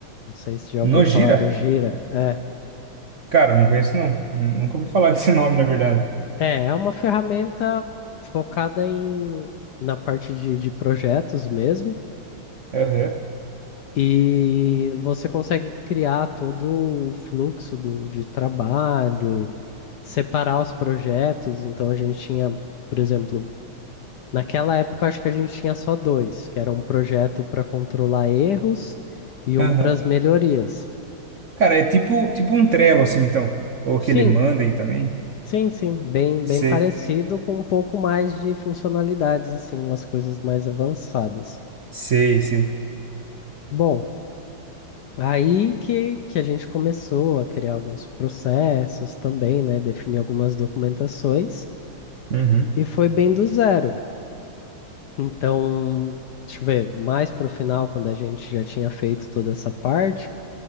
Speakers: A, on the left; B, on the right.
A: Não sei se já
B: Nojira?
A: ouviu falar do Gira. É,
B: Cara, eu não conheço não. Nunca ouvi falar desse <laughs> nome, na verdade.
A: é, é uma ferramenta focada em, na parte de, de projetos mesmo,
B: Aham,
A: e você consegue criar todo o fluxo do, de trabalho, separar os projetos. Então a gente tinha, por exemplo, naquela época acho que a gente tinha só dois, que era um projeto para controlar erros e um
B: aham.
A: para as melhorias.
B: Cara, é tipo, tipo um Trello, assim, então. Ou
A: Sim,
B: que ele manda aí também.
A: Sim, sim, bem,
B: Sei,
A: bem parecido com um pouco mais de funcionalidades, assim, umas coisas mais avançadas.
B: sei, sei.
A: Bom, aí que, que a gente começou a criar alguns processos também, né? Definir algumas documentações
B: Uhum,
A: e foi bem do zero. Então, deixa eu ver, mais para o final, quando a gente já tinha feito toda essa parte,